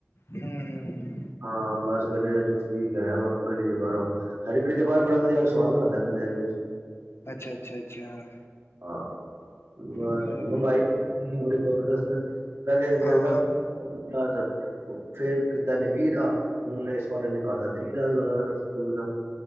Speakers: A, on the left; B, on the right.
A: ਹੂੰ-ਹੂੰ।
B: ਹਾਂ ਬਸ ਗੰਨੇ ਦਾ ਜੂਸ ਪੀ ਕੇ ਆਇਆ ਵਾ ਗਲੀ ਦੇ ਬਾਰੋਂ। ਥਾਡੀ ਗਲੀ ਦੇ ਬਾਰ ਬੜਾ ਵਧੀਆ, ਸੁਆਦ ਬਣਾਦੈ ਗੰਨੇ ਦਾ ਜੂਸ।
A: ਅੱਛਾ-ਅੱਛਾ-ਅੱਛਾ।
B: ਹਾਂ। ਬਸ
A: ਬਿਲਕੁਲ
B: ਮਹਿੰਗਾਈ
A: ਜੀ
B: ਬੜੀ ਜ਼ਬਰਦਸਤ ਪਹਿਲੇ ਦਿਨ ਦਾ
A: ਹਾਂ।
B: ਏਦਾ ਬਾ 'ਚ ਫੇਰ ਕੀਤਾ ਏਨੇ ਵੀ ਦਾ ਹੁਣ ਏਸ ਬਾਰੇ ਏਨੇ ਕਰ ਦੈ ਤੀ ਦਾ ਅਸ ਸਕੂਲ ਦਾ,